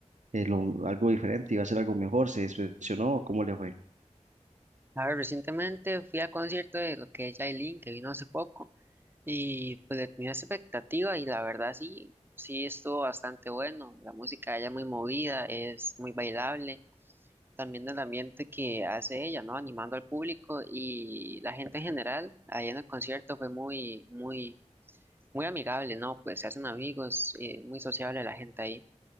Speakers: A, on the right; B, on the right.
A: eh, lo- algo diferente, iba a ser algo mejor, se decepcionó o cómo le fue.
B: A ver, recientemente fui a concierto de lo que es Yailin, que vino hace poco, y pues le tenía esa expectativa y la verdad sí, sí estuvo bastante bueno. La música de ella es muy movida, es muy bailable, también el ambiente que hace ella, ¿no? Animando al público y la gente en general, ahí en el concierto fue muy, muy, muy amigable, ¿no? Pues se hacen amigos, eh, muy sociable la gente ahí.